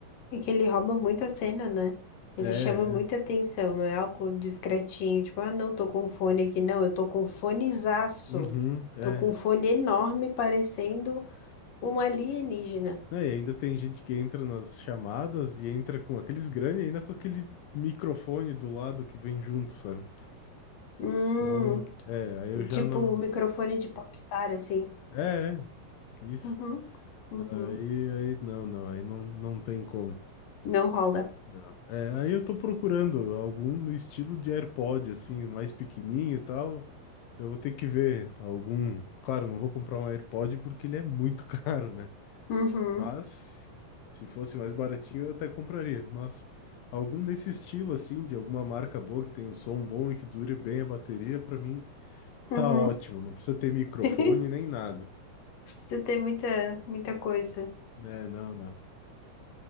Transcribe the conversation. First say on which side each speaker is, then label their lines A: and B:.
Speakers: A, on the left; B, on the left.
A: é que ele rouba muito a cena, né? Ele
B: É, é.
A: chama muita atenção, não é algo discretinho, tipo, ah, não, tô com um fone aqui, não, eu tô com um fonezaço.
B: Uhum, é.
A: Tô com um fone enorme, parecendo um alienígena.
B: Não, e ainda tem gente que entra nas chamadas e entra com aqueles grandes e ainda com aquele microfone do lado que vem junto, sabe?
A: Hum,
B: Então, é, aí eu já
A: tipo
B: não.
A: o microfone de popstar, assim.
B: É, é, isso.
A: Uhum, uhum.
B: Aí, aí, não, não, aí não, não tem como.
A: Não rola.
B: Não. É, aí eu tô procurando algum no estilo de AirPod, assim, mais pequenininho e tal. Eu vou ter que ver algum. Claro, não vou comprar um AirPod porque ele é muito <laughs> caro, né?
A: Uhum,
B: Mas se fosse mais baratinho eu até compraria. Mas algum desse estilo, assim, de alguma marca boa que tenha um som bom e que dure bem a bateria, pra mim
A: uhum.
B: tá ótimo. Não precisa ter microfone
A: <laughs>
B: nem nada.
A: Precisa ter muita, muita coisa.
B: É, não, não.